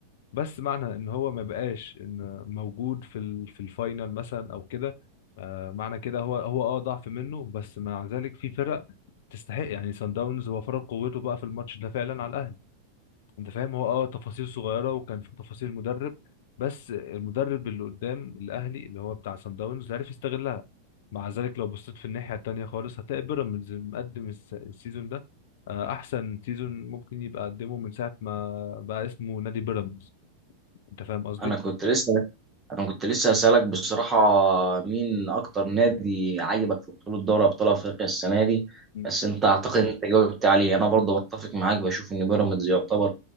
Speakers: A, on the left; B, on the right.
A: بس معنى ان هو ما بقاش ان موجود في ال- في الفاينل مثلا او كده آه، معنى كده هو هو اه ضعف منه بس مع ذلك في فرق تستحق يعني سان داونز هو فرق قوته بقى في الماتش ده فعلا على الاهلي انت فاهم هو اه تفاصيل صغيره وكان في تفاصيل مدرب بس المدرب اللي قدام الاهلي اللي هو بتاع سان داونز عرف يستغلها مع ذلك لو بصيت في الناحيه التانيه خالص هتلاقي بيراميدز مقدم الس- السيزون ده آه، احسن سيزون ممكن يبقى قدمه من ساعه ما بقى اسمه نادي بيراميدز انت فاهم قصدي
B: انا كنت لسه انا كنت لسه اسالك بصراحه مين اكتر نادي عاجبك في بطوله دوري ابطال افريقيا السنه دي
A: مم.
B: بس انت اعتقد انت جاوبت عليه انا برضه بتفق معاك بشوف ان بيراميدز يعتبر